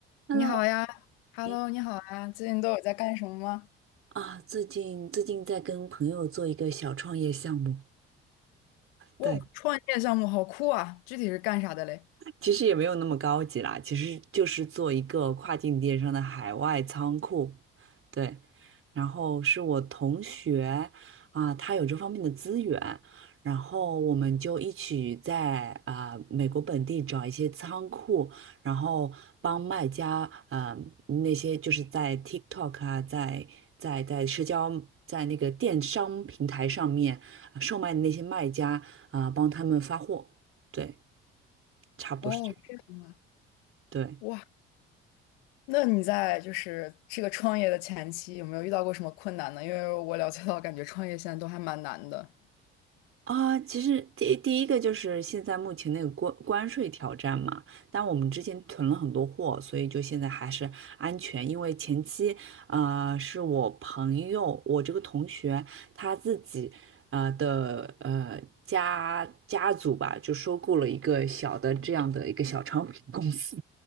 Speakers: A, on the right; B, on the left.
A: Hello，
B: 你好呀，Hello，
A: 你
B: 你好啊，最近都有在干什么吗？
A: 啊，最近最近在跟朋友做一个小创业项目，
B: 哇，
A: 对，
B: 创业项目好酷啊！具体是干啥的嘞？
A: 其实也没有那么高级啦，其实就是做一个跨境电商的海外仓库，对。然后是我同学啊，他有这方面的资源，然后我们就一起在啊美国本地找一些仓库，然后帮卖家啊那些就是在 TikTok 啊，在在在社交在那个电商平台上面啊售卖的那些卖家啊，帮他们发货，对，差不多是这样。
B: 哦，这样
A: 对
B: 哇，那你在就是这个创业的前期有没有遇到过什么困难呢？因为我了解到，感觉创业现在都还蛮难的。
A: 啊，其实第第一个就是现在目前那个关关税挑战嘛，但我们之前囤了很多货，所以就现在还是安全。因为前期啊、呃是我朋友，我这个同学他自己啊的呃家家族吧，就收购了一个小的这样的一个小商品公司，